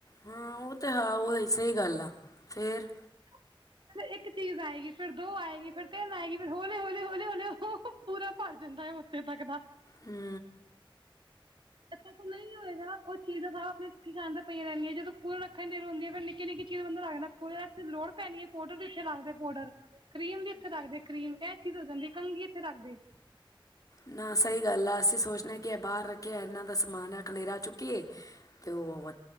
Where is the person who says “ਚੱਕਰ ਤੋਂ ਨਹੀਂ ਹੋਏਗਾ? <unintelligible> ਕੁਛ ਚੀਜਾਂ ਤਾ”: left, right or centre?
Right